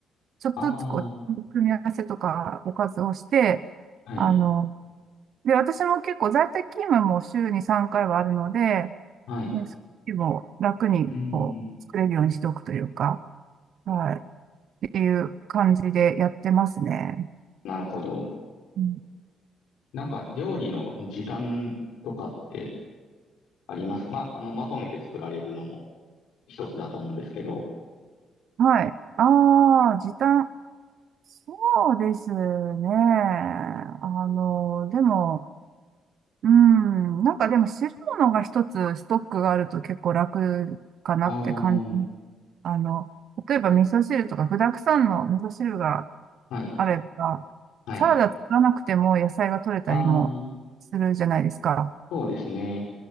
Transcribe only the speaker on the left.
ああ。
はい。
はい。
うーん。
なるほど。
なんか料理の時短とかってありますかまあ、あの、まとめて作られるのも一つだと思うんですけど。
ああ、
はい。
はい。
ああ、そうですね。